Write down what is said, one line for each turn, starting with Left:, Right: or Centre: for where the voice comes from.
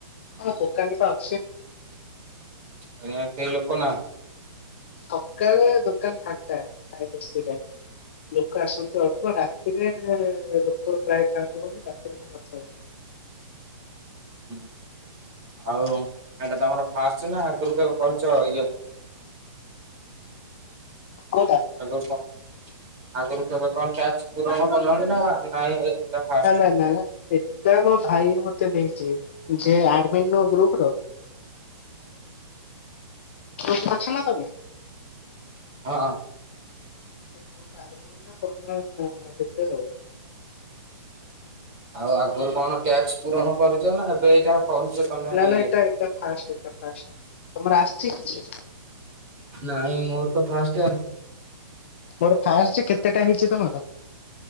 Left: ହଁ ଦୋକାନରେ ପା ଅଛି।
Right: ଏଇନା କେହି ଲୋକ ନାହାନ୍ତି?
Left: ସକାଳେ ଦୋକାନ୍ ଫାଙ୍କା ଥାଏ ବେଶି ଟାଇମ୍। ଲୋକ ଆସନ୍ତି ଅଳ୍ପ ରାତିରେ ଲୋକ ପ୍ରାୟ ଥାଆନ୍ତି ବୋଲିି ରାତିରେ ମୁଁ କଥା ହୁଏନି।
Right: ହୁଁ, ଆଉ ଏଟା ତମର ଫାଷ୍ଟେ ନା ଆଗରୁ କେବେ କରିଚ ଇଏ?
Left: କୋଉଟା?
Right: ଆଗରୁ କ ଆଗରୁ କେବେ କଣ ଟାସ୍କ ପୂରଣ କଲଣି ନା ନାଇଁ ଏଇଟା ଫାଷ୍ଟ?
Left: ଏ ନା-ନା ଏଟା ମୋ ଭାଇ ମତେ ଦେଇଚି, ଯିଏ ଆଡମିନ୍ ନୁହଁ ଗ୍ରୁପ୍ ର ଗ୍ରୁପ୍ ରେ ଅଛ ନା ତମେ?
Right: ହଁ।
Left: <unintelligible>
Right: ଆଉ ଆଗୁରୁ କଣ ଟ୍ୟାକ୍ସ ପୂରଣ କରିଚ ନା ଏବେ ଏଇଟା କରୁଚ ତମେ
Left: ନା
Right: ଇଏ।
Left: ନା ଏଟା ଏଟା ଫାଷ୍ଟ ଏଟା ଫାଷ୍ଟ। ତମର ଆସିଛି କିଛି?
Right: ନାଇଁ ମୋର ତ ଫାଷ୍ଟେ ଆଉ।
Left: ମୋର ଫାଷ୍ଟେ, କେତେଟା ହେଇଚି ତମର?